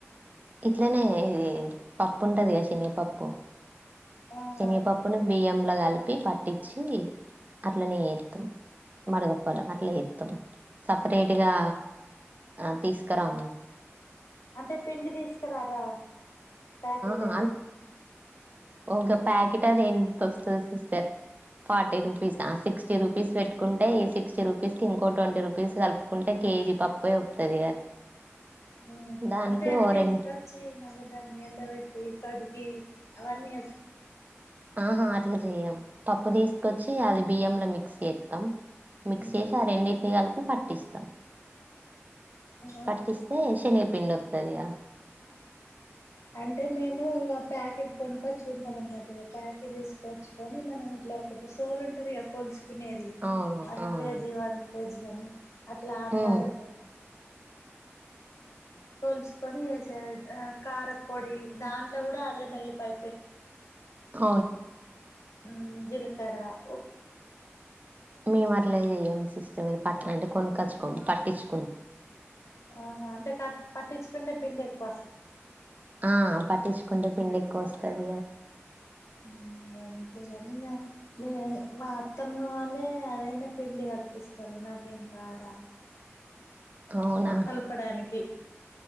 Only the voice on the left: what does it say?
ఆహా
అంటే పిండి తీసుకురారా ప్యాకెట్
ఉ హు.
అంటే అది
తీసుకొచ్చి
మళ్ళా దాన్ని ఎండబెట్టి కడిగి అవన్నీ చేస్తరా
ఉమ్
ఆహా
అంటే మేము ప్యాకెట్ కొనుకొచ్చుకుంటాం అన్నట్టు ప్యాకెట్ తీసుకొచ్చుకొని మనం ఇట్లా ఒకటి సోల్ ఉంటది గా పొల్స్ తినేది
వన్
కేజీ వన్ పోజ్రాన్ని అట్లా అందాజతోటి
ఆ కొల్చుకొని వేసార్ డ్ ఆ కార్పొడి దాంట్లో కూడా అల్లంవెల్లిపయ్ పేస్ట్
ఉమ్ జీలకర ఉప్పు
ఆహా అంటె పట్ పట్టించుకుంటే పిండి ఎక్కువస్తదనా
ఇంగ అంతేగాని ఇగ మీ మా అత్తమ్మ వాళ్ళే అదైనా పిండి కల్పిస్తరు నాకు ఇంకా రాదు.
కలపడానికి